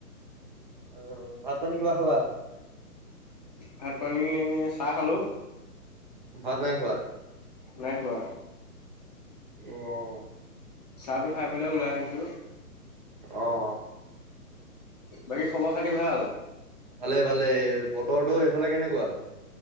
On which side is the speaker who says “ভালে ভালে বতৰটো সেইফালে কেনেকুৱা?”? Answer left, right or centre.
Right